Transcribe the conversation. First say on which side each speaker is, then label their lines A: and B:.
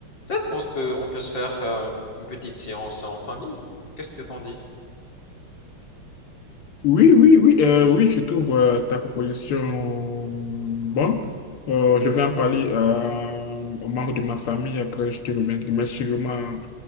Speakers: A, on the left; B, on the left.
A: Peut-être qu'on se peut, on peut se faire euh, une petite séance en famille. Qu'est-ce que t'en dis?
B: Oui, oui, oui, euh, oui, je trouve euh, ta proposition bonne. Euh, je vais en parler euh, aux membres de ma famille, après je te reviendrai. Mais sûrement,